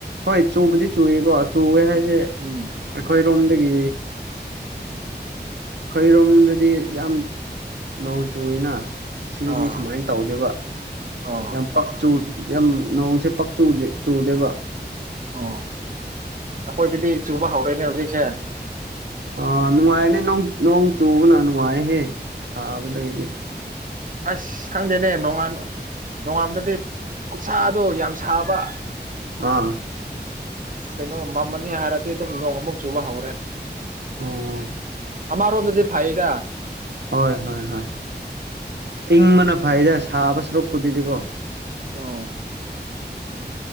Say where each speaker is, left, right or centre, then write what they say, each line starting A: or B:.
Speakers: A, on the right (about 80°); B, on the right (about 50°).
A: ꯍꯣꯏ ꯆꯨꯕꯗꯤ ꯆꯨꯏꯀꯣ ꯆꯨꯋꯦ ꯍꯥꯏ ꯁꯦ
B: ꯎꯝ
A: ꯑꯩꯈꯣꯏꯔꯣꯝꯗꯒꯤ ꯈꯣꯏꯔꯣꯝꯗꯗꯤ ꯌꯥꯝ ꯅꯣꯡ ꯆꯨꯌꯦꯅ ꯁꯤꯗꯗꯤ
B: ꯑꯥ
A: ꯁꯨꯃꯥꯏꯅ ꯇꯧꯗꯦꯕ
B: ꯑꯥ
A: ꯌꯥꯝ ꯄꯛꯆꯨ ꯌꯥꯝ ꯅꯣꯡꯁꯦ ꯄꯛ ꯆꯨ ꯆꯨꯗꯦꯕ
B: ꯑꯣ ꯑꯩꯈꯣꯏꯗꯗꯤ ꯆꯨꯕ ꯍꯧꯔꯦꯅꯦ ꯍꯧꯖꯤꯛꯁꯦ
A: ꯑꯥ ꯅꯨꯡꯉꯥꯏꯔꯅꯤ ꯅꯣꯡ ꯆꯨꯕꯅ ꯅꯨꯡꯉꯥꯏꯍꯦ ꯁꯥꯕꯗꯒꯤꯗꯤ
B: ꯑꯁ ꯈꯪꯗꯦꯅꯦ ꯅꯣꯉꯥꯟ ꯅꯣꯡꯉꯥꯟꯕꯗꯩ ꯈꯨꯠꯁꯥꯗꯣ ꯌꯥꯝ ꯁꯥꯕ
A: ꯑꯥ
B: ꯀꯩꯅꯣ ꯃꯜꯃꯅꯤ ꯍꯥꯏꯔꯗꯤ ꯑꯗꯨꯝ ꯅꯣꯡ ꯃꯨꯛ ꯆꯨꯕ ꯍꯧꯔꯦ
A: ꯑꯣ
B: ꯑꯃꯔꯣꯝꯗꯗꯤ ꯐꯩꯗ
A: ꯍꯣꯏ ꯍꯣꯏ ꯍꯣꯏ ꯏꯪꯕꯅ ꯐꯩꯗ ꯁꯥꯕ ꯁꯨꯔꯛꯄꯨꯗꯤꯀꯣ
B: ꯑꯣ